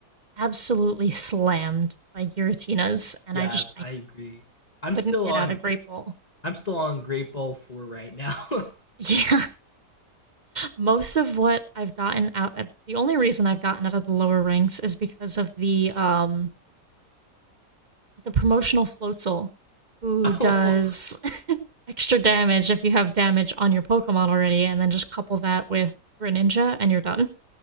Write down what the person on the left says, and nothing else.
Yes,
I
agree. I'm
still
on.
I'm still on Great Ball Four right now. <laughs>
oh,